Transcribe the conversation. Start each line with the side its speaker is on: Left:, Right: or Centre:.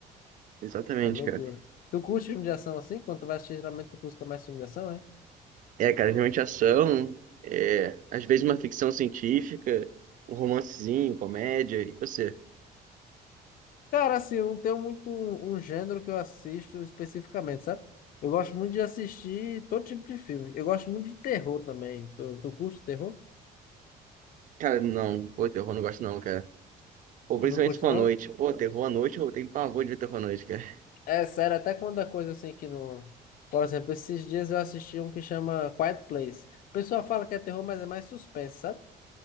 Right: Exatamente,
Left: É loucura.
Right: cara.
Left: Tu curte filme de ação assim? Quando tu vai assistir, geralmente tu busca mais filme de ação, é?
Right: É, cara, realmente ação, é, às vezes uma ficção científica, um romancezinho, comédia, e você?
Left: Cara, assim, eu não tenho muito um, um gênero que eu assisto especificamente, sabe? Eu gosto muito de assistir todo tipo de filme. Eu gosto muito de terror também. Tu, tu curte terror?
Right: Cara, não, pô, terror não gosto não, cara.
Left: <laughs>
Right: Ou principalmente
Left: Não curte,
Right: se for
Left: não?
Right: à noite. Pô, terror à noite, eu tenho pavor de ver terror à noite, cara.
Left: É sério, até quando é coisa assim que não. Por exemplo, esses dias eu assisti um que chama Quiet Place. O pessoal fala que é terror, mas é mais suspense, sabe?